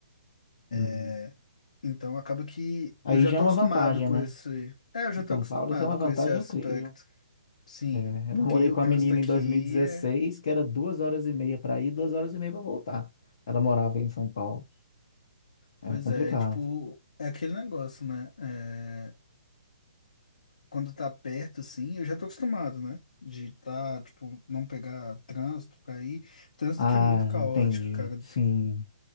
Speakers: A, on the left; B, on the left.
A: Hum.
B: É, Então acaba que
A: Aí
B: eu já
A: já
B: tô
A: é uma
B: acostumado
A: vantagem,
B: com
A: né?
B: esse. É, eu já
A: Em São
B: tô acostumado
A: Paulo, isso é uma vantagem
B: com esse aspecto.
A: incrível.
B: Sim,
A: É, eu
B: porque
A: namorei
B: o
A: com
B: trânsito
A: uma menina
B: aqui
A: em 2016
B: é.
A: que era duas horas e meia para ir, duas horas e meia para voltar. Ela morava em São Paulo. Era
B: Pois
A: complicado.
B: é, tipo, é aquele negócio, né? É, quando tá perto, assim, eu já tô acostumado, né? De tá, tipo, não pegar trânsito pra ir. Trânsito
A: Ah,
B: que é muito caótico,
A: entendi.
B: cara.
A: Sim.